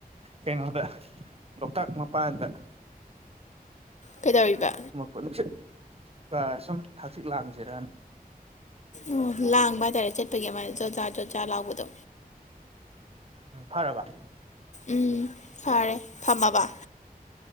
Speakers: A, on the right; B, on the left.
A: ꯀꯩꯅꯣꯗ ꯂꯣꯛꯇꯥꯛ ꯃꯄꯥꯟꯗ
B: ꯀꯩꯗꯧꯔꯤꯕ
A: ꯄ ꯅꯨꯡꯁꯤꯠꯀ ꯁꯨꯝ ꯍꯥꯡꯆꯤꯛ ꯂꯥꯡꯁꯤꯔꯅ
B: ꯑꯣ ꯂꯥꯡꯕ ꯍꯥꯏꯇꯥꯔꯦ ꯆꯠꯄꯒꯤ ꯑꯗꯨꯃꯥꯏ ꯆꫭꯠꯆꯥꯥ ꯆꯣꯠꯆꯥ ꯂꯥꯎꯕꯗꯣ
A: ꯎꯝ ꯐꯔꯕ
B: ꯎꯝ ꯐꯔꯦ ꯐꯝꯃꯕ